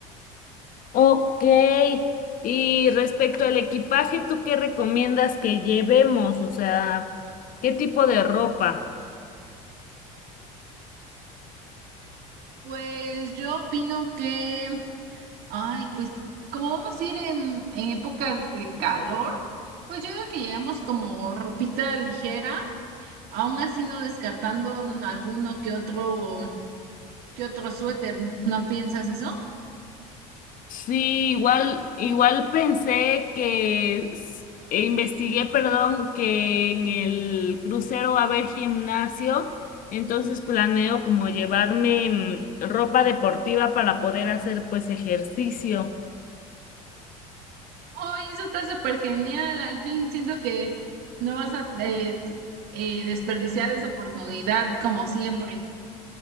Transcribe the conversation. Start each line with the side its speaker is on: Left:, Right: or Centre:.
Left: Ok. Y respecto al equipaje, ¿tú qué recomiendas que llevemos? O sea, ¿qué tipo de ropa?
Right: Pues yo opino que Ay, pues como vamos a ir en, en épocas de calor, pues yo creo que llevemos como ropita ligera, aún así no descartando un- alguno que otro, que otro suéter, ¿no piensas eso?
Left: Sí, igual, igual pensé que s- e investigué, perdón, que en el crucero va a haber gimnasio, entonces planeo como llevarme mm, ropa deportiva para poder hacer pues ejercicio.
Right: Ay, eso está súper genial, al fin siento que no vas a eh, eh, desperdiciar esa oportunidad como siempre.